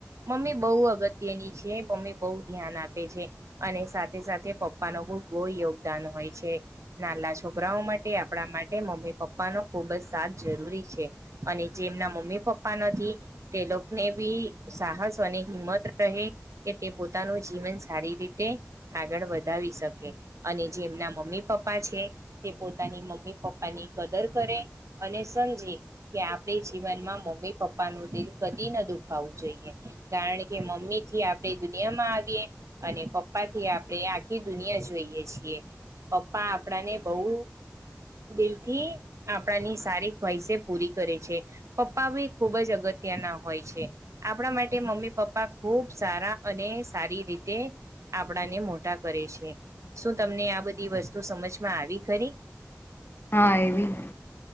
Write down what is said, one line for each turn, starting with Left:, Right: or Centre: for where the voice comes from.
Right: મમ્મી બહુ અગત્યની છે મમ્મી બહુ ધ્યાન આપે છે અને સાથે સાથે પપ્પા ન બ બો યોગદાન હોય છે નાલા છોકરાઓ માટે આપણા માટે મમ્મી પપ્પા નો ખુબ જ સાર જરૂરી છે અને જેમના મમ્મી પપ્પા નથી તે લોકોને બી સાહસ હિંમત રહે કે તે પોતાનું જીવન સારી રીતે આગળ વધાવી શકે અને જે એમના મમ્મી પપ્પા છે તે પોતાની મમ્મી પપ્પાની કદર કરે અને સમજીે કે આપણે જીવનમાં મમ્મી પપ્પા નું દિલ કદી ન દુખાવું જોઈએ કારણ કે મમ્મી થી આપડે દુનિયા માં આવીએ અને પપ્પા થી આપણે આખી દુનિયા જ જોઈએ છીએ પપ્પા આપડાને બહ દિલથી આપણાની સારી ખ્વાઈસે પૂરી કરે છે પપ્પા ભી ખુબ જ અગત્ય અતના હોય છે આપણા માટે મમ્મી પપ્પા ખુબ સારા અને સારી રીતે આપણાને મોટા કરે છે શું તમને આ બધી વસ્તુ સમજમાં આવી ખરી?
Left: હા, એવી જ